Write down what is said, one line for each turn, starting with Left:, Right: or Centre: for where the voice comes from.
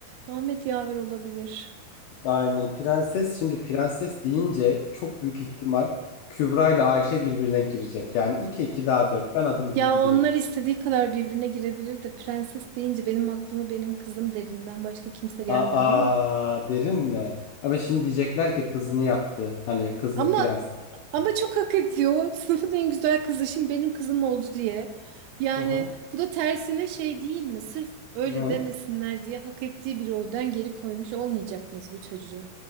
Right: Ahmet yaver olabilir.
Left: Aynen prenses şimdi prenses deyince çok büyük ihtimal Kübra ile Ayşe birbirine girecek. Yani 2 2 daha dört ben adım gibi
Right: Ya
Left: biliyorum.
Right: onlar istediği kadar birbirine girebilir de prenses deyince benim aklıma benim kızım derinden başka kimse gelmiyor
Left: Aa
Right: ama.
Left: derin mi? Ama şimdi diyecekler ki kızını yaptı. Hani kızını
Right: Ama
Left: prenses yaptı.
Right: ama çok hak ediyor. <laughs> Sınıfın en güzel kızı şimdi benim kızım oldu diye. Yani
Left: Hı hı.
Right: bu da tersine şey değil mi? Sırf öyle
Left: Ne?
Right: demesinler diye hak ettiği bir oydan geri koymuş olmayacak mıyız bu çocuğu?